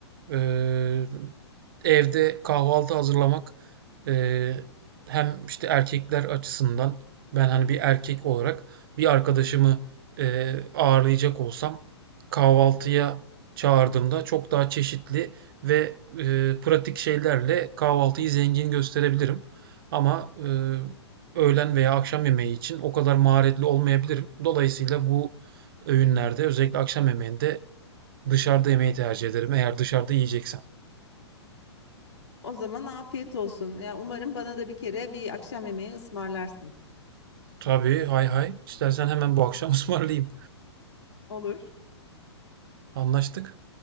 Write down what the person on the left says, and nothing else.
O zaman afiyet olsun. Ya umarım bana da bir kere bir akşam yemeği ısmarlarsın.
Olur.